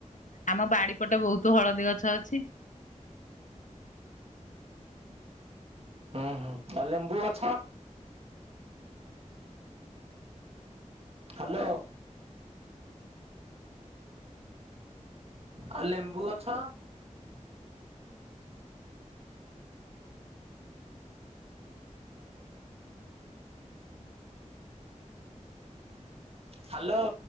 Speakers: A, on the left; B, on the right.
A: ଆମ ବାଡି଼ ପଟେ ବହୁତ ହଳଦୀ ଗଛ ଅଛି।
B: ହୁଁ ହୁଁ। ଆଉ ଲେମ୍ବୁ ଅଛ? ହ୍ୟାଲୋ। ଆଉ ଲେମ୍ବୁ ଗଛ। ହ୍ୟାଲୋ।